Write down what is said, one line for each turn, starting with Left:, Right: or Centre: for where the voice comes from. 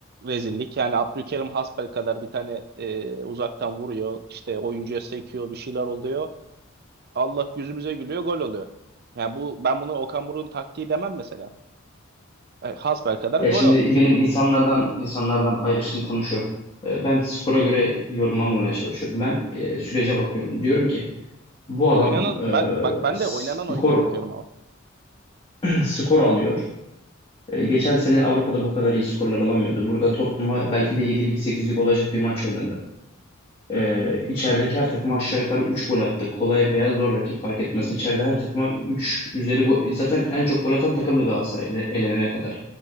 Right: rezillik. Yani Abdülkerim Hasbel kadar bir tane e, uzaktan vuruyor. işte oyuncuya sekiyor bir şeyler oluyor. Allah yüzümüze gülüyor gol oluyor. Yani bu ben bunu Okan Buruk'un taktiği demem mesela. E, Hasbel kadar
Left: Ya
Right: gol
Left: şimdi
Right: olmuş.
Left: benim insanlardan insanlardan ayrıştığım konu şu. Ee, Ben skora göre yorumlamamaya çalışıyorum. Ben e, sürece bakıyorum. Diyorum ki bu adam
Right: Oynanan
Left: e,
Right: ben bak ben
Left: skor
Right: de oynanan oyununa bakıyorum ama.
Left: <clears throat> skor alıyor. E, geçen sene Avrupa'da bu kadar iyi skorlar alamıyordu. Burada Tottenham'a belki de yedilik sekizlik olacak bir maç oynadı. E, içerideki her takıma aşağı yukarı 3 gol attı. Kolay veya zor rakip fark etmez. İçeride her takıma 3 üzeri gol. Zaten en çok gol atan takım da Galatasaray ele- elenene kadar.